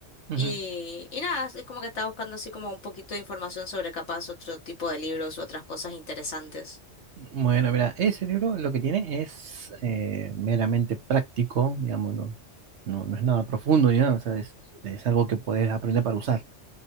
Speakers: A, on the right (about 70°); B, on the left (about 75°).
A: Ujú.
B: y, y nada, es como que estaba buscando así como un poquito de información sobre capaz otro tipo de libros u otras cosas interesantes.
A: Bueno, mira, ese libro lo que tiene es eh, meramente práctico, digamos, no, no, no es nada profundo ni nada, o sea, es, es algo que puedes aprender para usar.